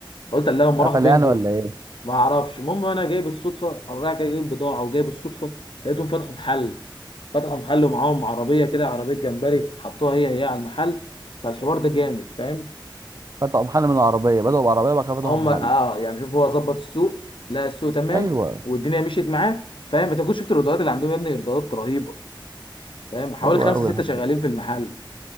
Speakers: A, on the left; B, on the right.
A: قلت اللهم
B: قفل
A: راحوا فين
B: يعني
A: دول
B: ولا إيه؟
A: ما اعرفش المهم انا جاي بالصدفه انا رايح جاي جايب بضاعه وجاي بالصدفه لقيتهم فتحوا محل فتحوا محل ومعاهم عربيه كده عربيه جمبري حطوها هي هي على المحل فالحوار ده جامد فاهم
B: فتحوا محل من العربية بدأوا بعربية بعد كده فتحوا
A: هم
B: محل
A: اه يعني شوف هو ظبط السوق لقى السوق تمام
B: ايوه
A: والدنيا مشيت معاه فاهم انت كنت شفت الايرادات اللي عندهم يا ابني ايرادات رهيبه فاهم حوالي
B: حلو
A: خمسه
B: قوي
A: سته
B: الحوار
A: شغالين
B: ده
A: في المحل